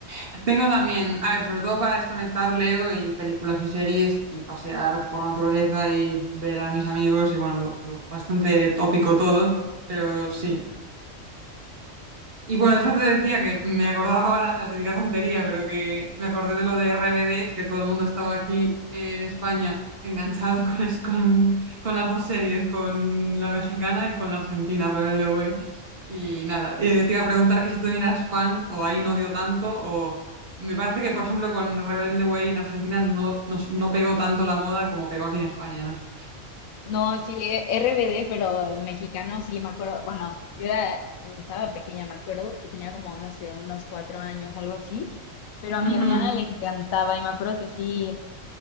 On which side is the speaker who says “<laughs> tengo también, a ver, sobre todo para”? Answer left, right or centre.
Right